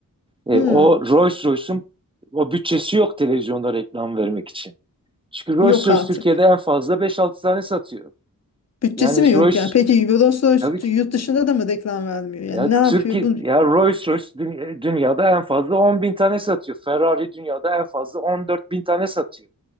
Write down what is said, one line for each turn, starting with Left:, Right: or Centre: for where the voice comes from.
Right: E,
Left: Hı,
Right: o Rolls-Royce'un o bütçesi yok televizyonda reklam vermek için. Çünkü Rolls
Left: yok
Right: Royce
Left: artık.
Right: Türkiye'de en fazla beş altı tane satıyor.
Left: Bütçesi
Right: Yani
Left: mi yok
Right: Rolls
Left: yani? Peki Eurosource
Right: tabii ki
Left: yurt dışında da mı reklam vermiyor? Yani
Right: ya
Left: ne yapıyor
Right: Türkiye
Left: bu?
Right: ya Rolls Royce dü- dünyada en fazla 10 bin tane satıyor. Ferrari dünyada en fazla 14 bin tane satıyor.